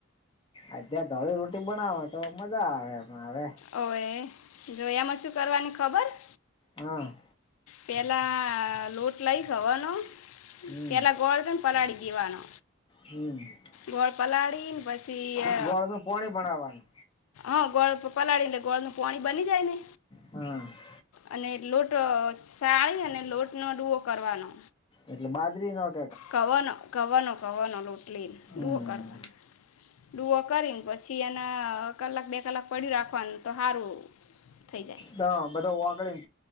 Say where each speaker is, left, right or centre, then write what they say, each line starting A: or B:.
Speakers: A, on the left (about 25°); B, on the left (about 85°).
A: આધ્યા ધોળી રોટી બનાવે તો મજા આવે પણ હવે
B: હોવે જો એમાં શું કરવાની ખબર?
A: હહ
B: પેલા લોટ લઇ ગવનો
A: હમ
B: પેલા ગોળ છ ને પલાળી દેવાનો,
A: હમ
B: ગોળ પલાળીને પછ સી અ
A: ગોળ નું પોણી બનાવાનું
B: હોવ ગોળ પલાળી એટલે ગોળનું પોણી બની જાય ને
A: હહ
B: અને લોટ સાળી અને લોટનો ડુવો કરવાનો.
A: એટલે બાજરીનો જ
B: ગવનો ગવનો ગવનો લોટ લઈને
A: હમ
B: ડુઓ કરવાનો. ડુવો કરીન પસી એને કલાક બે કલાક પડ્યું રાખવાનું તો હારું થઈ જાય.
A: દ બધાં ઓગળી ન